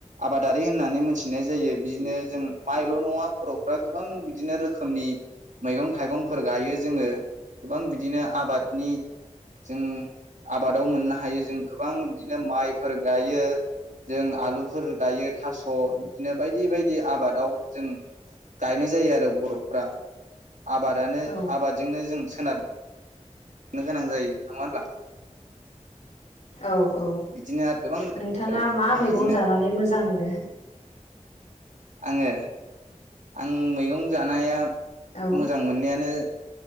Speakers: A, on the right (about 80°); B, on the left (about 80°).
A: आबादारि होननानै मोनथिनाय जायो बिदिनो जों माइल' नङा बर'फ्रा गोबां बिदिनो रोखोमनि मैगं। <unintelligible> थाइगंफोर गायो जोङो गोबां बिदिनो आबादनि जों आबादाव मोननो हायो जों गोबां बिदिनो माइफोर गायो जों आलुफोर गायो थास' बिदिनो बायदि बायदि आबादाव जों गायनाय जायो आरो बर'फ्रा आबादानो
B: औ
A: आबादजोंनो जों <unintelligible> <unintelligible> गोनां जायो नङा होनब्ला।
B: औ औ
A: बिदिनो आरो गोबां
B: नोंथाङा
A: औ
B: मा मैगं
A: बिदिनो
B: जानानै मोजां मोनो?
A: आङो आं मैगं जानाया
B: औ
A: मोजां मोननायानो